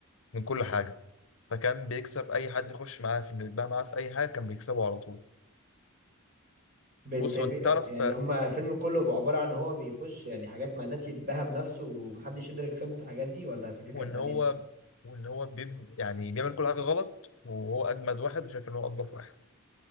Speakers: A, on the left; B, on the right.
A: من كل حاجة فكان بيكسب أي حد يخش معاه في إنه يتباهى معاه في أي حاجة كان بيكسبه على طول
B: بي
A: بص
B: في
A: هو
B: بي
A: أنت تعرف
B: يعني هما الفيلم كله بيبقى عبارة عن هو بيخش يعني حاجات مع الناس يتباهى بنفسه ومحدش يقدر يكسبه في الحاجات دي ولا في فكرة
A: وان
B: تانية
A: هو وان هو بيب يعني بيعمل كل حاجه غلط وهو اجمد واحد وشايف ان هو انضف واحد